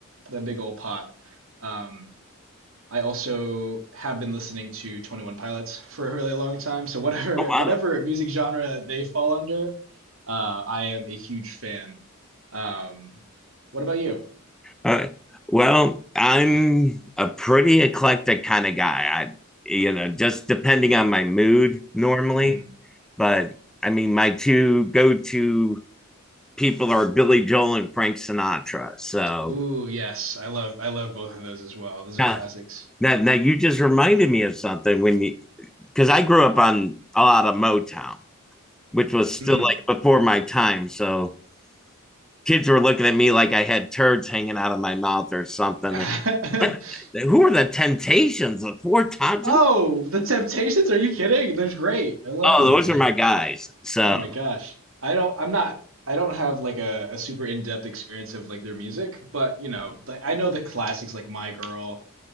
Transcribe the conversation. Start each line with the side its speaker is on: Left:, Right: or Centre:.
Right: that big old pot. Um, I also have been listening to 21 Pilots for a really long time. So whatever
Centre: Oh, wow.
Right: whatever music genre they fall under, uh, I am a huge fan. Um, what about you?
Centre: Uh, well, I'm a pretty eclectic kind of guy. I, you know, just depending on my mood normally.
Right: hmm
Centre: But I mean, my two go to people are Billy Joel and Frank Sinatra. So,
Right: Ooh, yes, I love I love both of those as well. Those
Centre: yeah.
Right: are classics.
Centre: Now, now you just reminded me of something when you because I grew up on a lot of Motown, which was still
Right: Hmm.
Centre: like before my time. So kids were looking at me like I had turds hanging out of my mouth or something.
Right: <laughs>
Centre: What? Who are the Temptations? The Four Tops?
Right: Oh, The Temptations? Are you kidding? They're great. I love
Centre: Oh,
Right: their music.
Centre: those are my guys. So
Right: Oh my gosh. I don't I'm not I don't have like a, a super in-depth experience of like their music, but you know, like I know the classics like My Girl